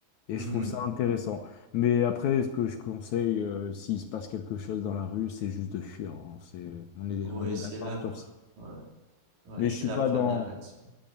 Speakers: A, on the left; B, on the right.
A: Et
B: Mhm.
A: je trouve ça intéressant. Mais après, ce que je conseille, euh, s'il se passe quelque chose dans la rue, c'est juste de fuir. hein. C'est, on est,
B: Oui,
A: on est
B: c'est
A: d'accord
B: la, pr-
A: sur ça.
B: ouais, ouais,
A: Mais
B: c'est
A: je suis
B: la
A: pas
B: première
A: Ouais. dans,
B: action.